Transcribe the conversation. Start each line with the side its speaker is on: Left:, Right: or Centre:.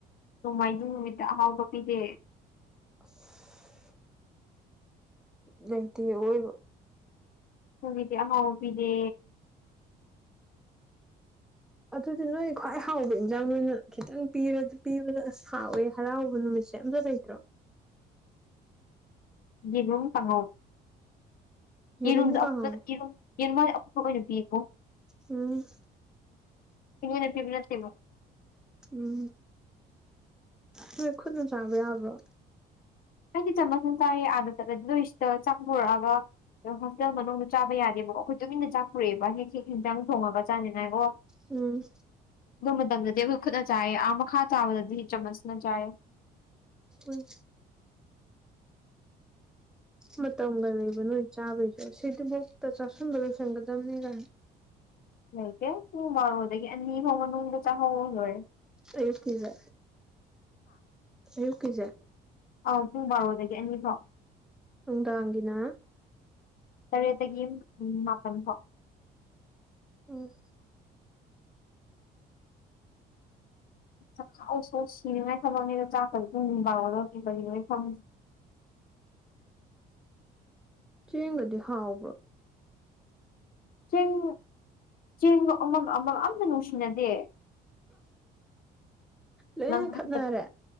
Left: ꯅꯣꯡꯃꯥꯏꯖꯤꯡ ꯅꯨꯃꯤꯠꯇ ꯑꯍꯥꯎꯕ ꯄꯤꯗꯦ
Centre: <unintelligible> ꯅꯇ ꯑꯣꯏꯣꯏ
Left: ꯍꯕꯤꯗ ꯍꯥꯎ ꯄꯤꯗꯦ
Centre: ꯑꯗꯨꯗꯤ ꯅꯣꯏ ꯈ꯭ꯋꯥꯏ ꯍꯥꯎꯕ ꯏꯟꯖꯥꯡ ꯅꯣꯏꯅ ꯈꯤꯇꯪ ꯄꯤꯕꯗ ꯑꯁ ꯍꯥꯎꯋꯦ ꯍꯔꯥꯎꯕ ꯅꯨꯃꯤꯠꯁꯦ ꯆꯖꯗ꯭ꯔꯣ
Left: ꯌꯦꯨꯝ ꯁꯉꯣ
Centre: ꯌꯦꯔꯨꯝ
Left: ꯌꯦꯔꯨꯝꯗꯣ ꯑꯐꯨꯕꯔꯨꯝ
Centre: ꯀꯥꯡꯍꯧ
Left: ꯌꯦꯔꯨꯝꯃ ꯑꯐꯨꯄ ꯑꯣꯏꯅ ꯄꯤꯌꯦꯀꯣ
Centre: ꯎꯝ
Left: ꯊꯤꯡꯉ ꯅꯊꯨ ꯅꯊꯕ
Centre: ꯎꯝ ꯍꯣꯏ ꯈꯨꯠꯅ ꯆꯥꯕ ꯌꯥꯕ꯭ꯔꯣ
Left: ꯑꯩꯗꯤ ꯆꯝ ꯃꯁꯟ ꯆꯥꯏꯌꯦ ꯑꯥꯗ ꯆꯠꯂꯗꯤ ꯅꯣꯏꯁꯤꯗ ꯆꯥꯛꯊꯣꯔꯛꯑꯒ ꯑꯗꯣ ꯍꯣꯁꯇꯦꯜ ꯃꯅꯨꯡꯗ ꯆꯥꯕ ꯌꯥꯗꯦꯕꯀ ꯑꯩꯈꯣꯏ ꯇꯨꯃꯤꯟꯅ ꯆꯥꯛ ꯄꯨꯔꯛꯑꯦꯕ ꯍꯦꯛ ꯍꯦꯛ ꯍꯦꯟꯖꯥꯡ ꯊꯣꯡꯉꯒ ꯆꯥꯅꯤꯅꯏꯀꯣ
Centre: ꯎꯝ
Left: ꯑꯗꯨ ꯃꯇꯝꯗꯗꯤ ꯑꯩꯈꯣꯏ ꯈꯨꯠꯅ ꯆꯥꯏꯑꯌꯦ ꯑꯥ ꯃꯈꯥ ꯆꯥꯕꯗꯗꯤ ꯆꯃꯁꯅ ꯆꯥꯏꯑ
Centre: ꯎꯝ ꯃꯇꯝꯒ ꯂꯩꯕ ꯅꯣꯏ ꯆꯥꯕꯩꯁꯦ ꯁꯤꯗꯤꯐꯣꯛꯇ ꯆꯥꯥꯁꯟꯕ ꯂꯣꯏꯁꯟꯒꯗꯝꯕꯅꯤ ꯀ
Left: ꯂꯩꯇꯦ ꯍ ꯃꯥꯗꯗꯒꯤꯅꯤ ꯍ ꯅ ꯆ ꯍꯗ ꯋꯥꯦ
Centre: ꯑꯩꯨꯀꯤꯁꯦ ꯑꯨꯀꯤꯁꯦ
Left: ꯑ ꯄꯨꯡ ꯕꯥꯔꯣꯗꯒꯤ ꯑꯅꯤ ꯐꯥꯎ
Centre: ꯅꯨꯡꯗꯥꯡꯒꯤꯅ
Left: ꯇꯔꯦꯠꯇꯒꯤ ꯃꯥꯄꯟ ꯐꯥꯎ
Centre: ꯎꯝ
Left: ꯆꯥꯛꯈꯥꯎ ꯁꯣꯛ ꯁꯤꯅꯤꯡꯉꯥꯏ ꯊꯝꯃꯉꯦꯗꯣ ꯆꯥꯛꯇꯗꯤ ꯇꯨꯡꯅꯤꯡꯕꯥꯔꯒ ꯀꯔꯤ ꯂꯣꯏ ꯐꯪꯦ
Centre: ꯆꯦꯡꯒꯗꯤ ꯍꯥꯎꯕ꯭ꯔꯣ
Left: ꯆꯦꯡ ꯆꯦꯡꯒ ꯑꯃꯒ ꯑꯃꯒ ꯑꯝꯇ ꯅꯨꯡꯁꯤꯅꯗꯦ
Centre: ꯂꯣꯏꯅ
Left: ꯅꯪꯍꯗ
Centre: ꯈꯠꯅꯔꯦ